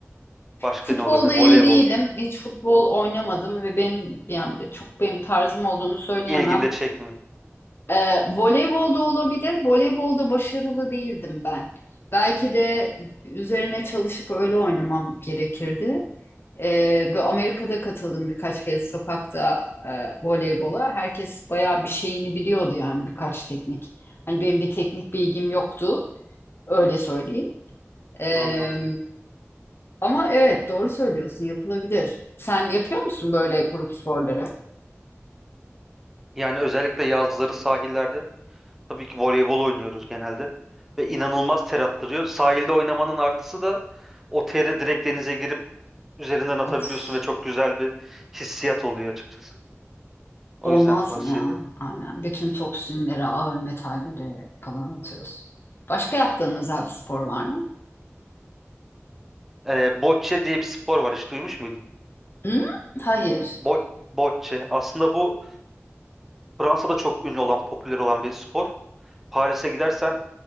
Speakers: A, in the centre; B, on the left.
A: Başka
B: Futbolda
A: ne olabilir? Voleybol.
B: iyi değilim. Hiç futbol oynamadım ve benim yani çok benim tarzım olduğunu söyleyemem.
A: İlginde çekmiyor.
B: Ee, voleybolda olabilir. Voleybolda başarılı değildim ben. Belki de üzerine çalışıp öyle oynamam gerekirdi. Ee, bu Amerika'da katıldım birkaç kez sokakta e, voleybola. Herkes bayağı bir şeyini biliyordu yani birkaç teknik. Hani benim bir teknik bilgim yoktu. Öyle söyleyeyim. Ee,
A: Anladım.
B: ama evet doğru söylüyorsun yapılabilir. Sen yapıyor musun böyle grup sporları?
A: Yani özellikle yazları sahillerde tabii ki voleybol oynuyoruz genelde. Ve inanılmaz ter attırıyor. Sahilde oynamanın artısı da o teri direkt denize girip üzerinden atabiliyorsun
B: Of.
A: ve çok güzel bir hissiyat oluyor açıkçası. O
B: Olmaz
A: yüzden tavsiye
B: mı ya?
A: ederim.
B: Aynen. Bütün toksinleri, ağır metalleri falan atıyorsun. Başka yaptığın özel bir spor var mı?
A: Ee, bocce diye bir spor var. Hiç duymuş muydun?
B: Hı? Hayır.
A: Bo bocce. Aslında bu Fransa'da çok ünlü olan, popüler olan bir spor. Paris'e gidersen